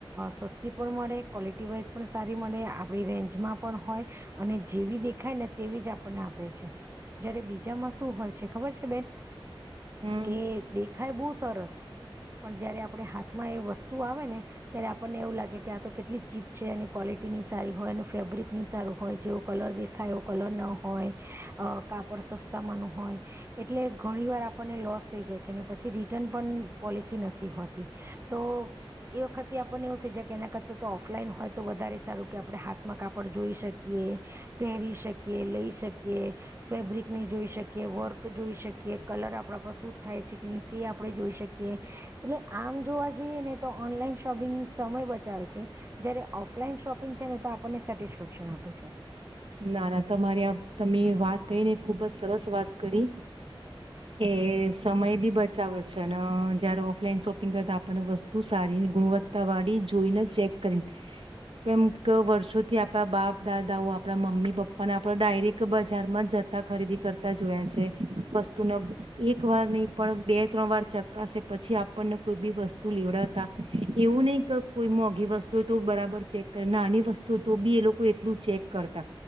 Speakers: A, on the right; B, on the right.
A: સસ્તી પણ મળે ક્વલિટી વાઈઝ પણ સારી મળે આપણી રેન્જમાં પણ હોય અને જેવી દેખાય ને તેવી જ આપણને આપે છે જયારે બીજામાં શું હોય છે ખબર છે બેન
B: હમ
A: કે દેખાય બહુ સરસ પણ જયારે આપણે હાથ અમાં એ વસ્ુ તું આવે ને ત્યારે આપણને એવું લાગે કે આ તો કેટલી ચીપ છે એની ક્વોલિટી ની સારી હોય એનું ફેબ્રિક ની સારું હોય જેવું કલર દેખાયો કલર ન હોય કાપડ સસ્તામાં ન હોય એટલે ઘણી વાર આપણને લોસ થઈ જાય છે પછી રિટર્ન પણ પોલિસી નથી હોતી તો એ વખતે આપણને એવું થઇ જાય કે એના કરતા તો ઓફલાઈન હોય તો વધારે સારું કે આપણે હાથમાં કાપડ જોઈ શકીએ પહેરી શકીએ લઈ શકીએ ફેબ્રિકને જોઈ શકીએ વર્ક જોઈ શકીએ કલર આપડા પાસૂટ થાય છે કે નહી તે આપણે જોઈ શકીએ એટલે આમ જોવા એ ને તો ઓનલાઈન શોપિંગ સમય બચાવે છે જયારે ઓફલાઈન શોપિંગ છે ને તો આપણને સેટિસ્ફેક્શન આપે છે
B: ના ના તમારી આ તમે વાત કરી ને ખુબ જ સરસ વાત કરી એ સમય બી બચાવે છે જયારે ઓફલાઈન શોપિંગ કર આપણને વસ્તુ સારી ગુણવત્તા વાળી જોઈને ચેક કરી કેમ કે વર્ષોથી આપણા બાપ દાદાઓ આપણા મમ્મી પપ્પાને આપણે ડાયરેક્ટ બજારમાં જ જતા ખરીદી કરતા જોયા છે વસ્તુને એક વાર નહી પણ બે ત્રણ વાર ચકાશે પછી આપણને કોઈ બી વસ્તુ લેવડાવતા એવું નહીિ કે કોઈ મોંઘી વસ્તુ હોય તો બરાબર ચેક કર નાની વસ્તુ હોય તો બી એ લોકો એટલું ચેક કરતા